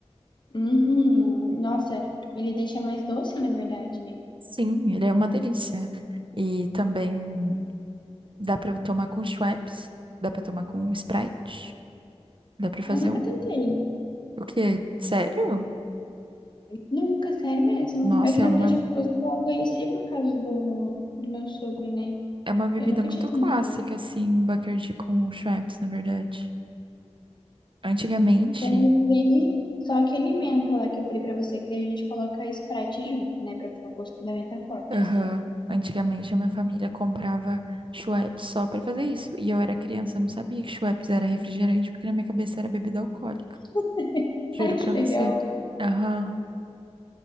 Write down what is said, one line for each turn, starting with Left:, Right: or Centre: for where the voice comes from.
Left: Uhum. Nossa, ele deixa mais doce, na verdade, né?
Right: Sim, ele é uma delícia. E também dá pra tomar com Schweppes, dá pra tomar com Sprite, dá pra fazer
Left: Eu nunca
Right: um.
Left: tentei.
Right: O quê? Sério?
Left: Nunca, sério mesmo.
Right: Nossa,
Left: É que, na
Right: é uma,
Left: verdade, eu, eu só conheci por causa do, do meu sogro, né?
Right: é uma bebida
Left: Eu nunca
Right: muito
Left: tinha tomado.
Right: clássica, assim, o Bacardi com o Schweppes, na verdade. Antigamente,
Left: Com ele, só aquele menta lá que eu falei pra você, que daí a gente coloca Sprite junto, né? Pra ficar o gosto da menta forte,
Right: aham,
Left: assim.
Right: antigamente a minha família comprava Schweppes só pra fazer isso. E eu era criança, eu não sabia que Schweppes era refrigerante, porque na minha cabeça era bebida alcoólica.
Left: <laughs>
Right: Juro
Left: Ai, que
Right: pra
Left: legal.
Right: você. Aham.